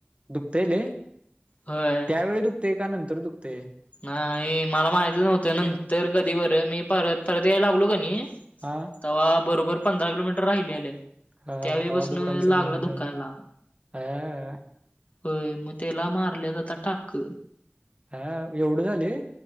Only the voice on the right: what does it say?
दुखतय लय?
त्यावेळी दुखते का नंतर दुखते
हा
हा
तवा दुखायला चालू
झालं
हा
हां एवढं झालय.